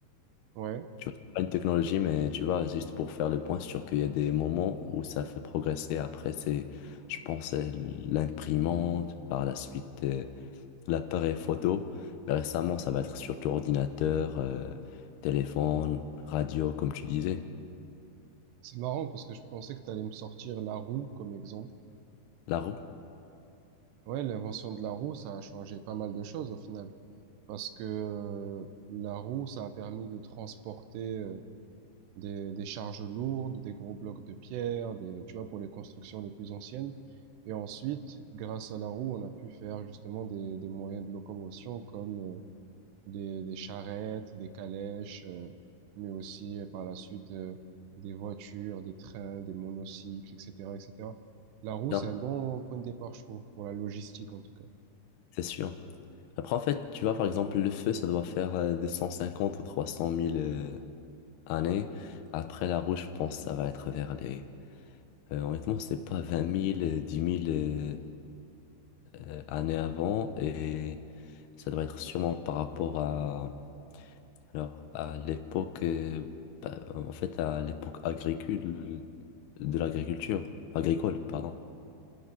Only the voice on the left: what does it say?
Tu vois, c'est pas une technologie, mais tu vois, juste pour faire le point sur qu'il y a des moments où ça fait progresser. Après, c'est, je pense, euh, l'imprimante, par la suite, euh, l'appareil photo. Mais récemment, ça va être surtout ordinateur, euh, téléphone, radio, comme tu disais.
La roue?
Non,
c'est sûr. Après, en fait, tu vois, par exemple, le feu, ça doit faire euh, 250 ou 300 mille euh, années. Après, la rouge, je pense que ça va être vers les... euh, honnêtement, c'est pas 20 mille euh, 10 mille euh, euh, années avant. Et ça doit être sûrement par rapport à... Alors, à l'époque... euh, bah, en fait, à l'époque agricole... De l'agriculture. Agricole, pardon.